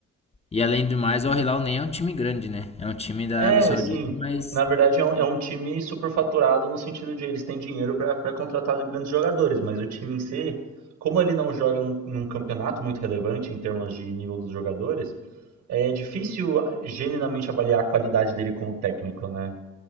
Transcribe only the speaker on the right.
É,
sim.
Na verdade, é um, é um time superfaturado no sentido de eles têm dinheiro para contratar grandes jogadores, mas o time em si, como ele não joga num, num campeonato muito relevante em termos de nível dos jogadores, é difícil ah, genuinamente avaliar a qualidade dele como técnico, né?